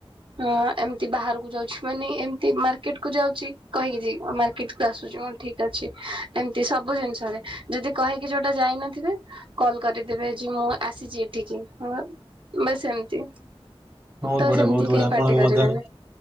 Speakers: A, on the right; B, on the right.
A: ହୁଁ ଏମିତି ବାହାରକୁ ଯାଉଛି ମାନେ ଏମିତି ମାର୍କେଟ କୁ ଯାଉ ଛି କହିକି ଯିବେ ମାର୍କେଟ୍ କୁ ଆସୁଚି ହଁ ଠିକ୍ ଅଛି ଏମିତି ସବୁ ଜିନିଷରେ। ଯଦି କହିକି ଯୋଉଟା ଯାଇନଥିବେ କଲ୍ କରିଦେବେ ଆଜି ମୁଁ ଆସିଚି ଏଠିକି ହଁ ବାସ୍ ଏମିତି।
B: ବହୁତ୍
A: ତ
B: ବଢ଼ିଆ
A: ସେମିତି
B: ବହୁତ୍
A: କେହି
B: ବଢ଼ିଆ ଆପଣଙ୍କ
A: ପାଟି କରିବେନି।
B: ମଧ୍ୟରେ